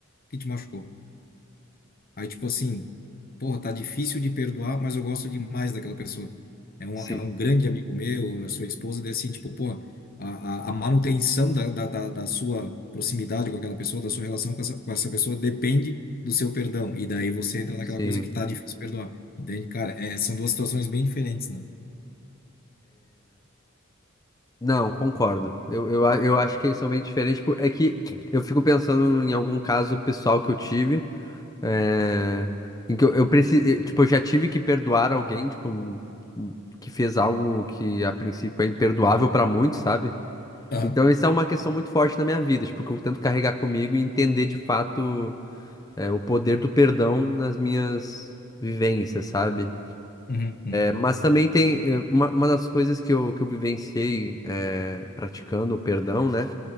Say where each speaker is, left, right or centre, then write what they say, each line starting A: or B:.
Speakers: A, on the left; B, on the left.
A: que te machucou. Aí, tipo assim, porra, tá difícil de perdoar, mas eu gosto demais daquela pessoa. É um,
B: Sim.
A: é um grande amigo meu, a sua esposa, daí assim, tipo, porra, a, a, a manutenção da, da, da, da sua proximidade com aquela pessoa, da sua relação com essa, com essa pessoa, depende do seu perdão. E daí você entra naquela
B: Sim,
A: coisa que tá difícil de perdoar. Entende? Cara, é, são duas situações bem diferentes, né?
B: Não, concordo. Eu, eu, a- eu acho que eles são bem diferentes. Tipo, é que eu fico pensando em algum caso pessoal que eu tive, é, em que eu, eu precisei, tipo, eu já tive que perdoar alguém, tipo, hum, que fez algo que a princípio é imperdoável pra muitos, sabe?
A: Aham.
B: Então, isso é uma questão muito forte na minha vida, tipo, que eu tento carregar comigo e entender de fato, é, o poder do perdão nas minhas vivências, sabe?
A: Uhum, uhum.
B: Mas também tem eh, uma, uma das coisas que eu, que eu vivenciei eh, praticando o perdão, né?